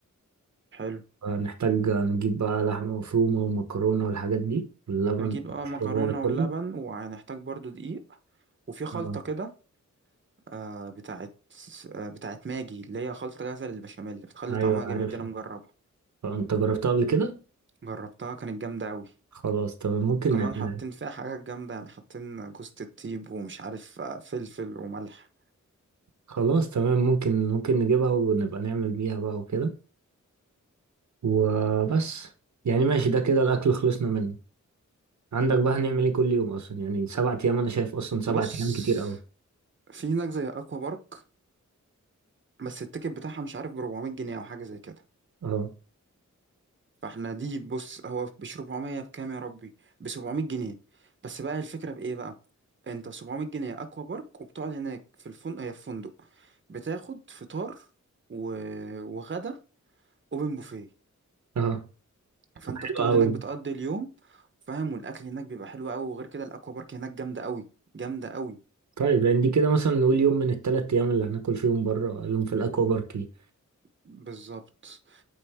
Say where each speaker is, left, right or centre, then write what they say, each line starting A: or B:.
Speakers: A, on the right (about 40°); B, on the right (about 65°).
A: حلو
B: آه، نحتاج نجيب بقى لحمة مفرومة ومكرونة والحاجات دي واللبن
A: نجيب بقى
B: والشغل
A: مكرونة
B: ده كله
A: واللبن وهنحتاج برضو دقيق وفي خلطة
B: آه،
A: كده آه بتاعت آه بتاعت ماجي اللي هي خلطة جاهزة للبشاميل بتخلي
B: أيوة
A: طعمها
B: عارفها
A: جامد دي أنا مجربها
B: آه، أنت جربتها قبل كده؟
A: جربتها كانت جامدة أوي
B: خلاص تمام ممكن
A: وكمان
B: نعملها
A: حاطين فيها حاجات جامدة يعني حاطين جوزة الطيب ومش عارف آه، فلفل وملح
B: خلاص تمام ممكن ممكن نجيبها ونبقى نعمل بيها بقى وكده وبس يعني ماشي ده كده الأكل خلصنا منه عندك بقى هنعمل إيه كل يوم أصلا يعني سبعة أيام أنا شايف أصلا سبعة
A: بص
B: أيام كتير أوي
A: في هناك زي أكوا بارك بس التيكت بتاعها مش عارف ب 400 جنيه أو حاجة زي كده
B: أه
A: فاحنا دي بص هو ب 700 بكام يا ربي ب 700 جنيه بس بقى الفكره بايه بقى انت ب 700 جنيه اكوا بارك وبتقعد هناك في الفندق هي في فندق بتاخد فطار و... وغدا اوبن بوفيه
B: أه
A: فانت
B: حلو
A: بتقعد
B: أوي
A: هناك بتقضي اليوم فاهم والاكل هناك بيبقى حلو قوي وغير كده الاكوا بارك هناك جامده قوي جامده قوي
B: طيب يعني دي كده مثلا نقول يوم من التلات أيام اللي هناكل فيهم بره يوم في الأكوا بارك دي.
A: بالظبط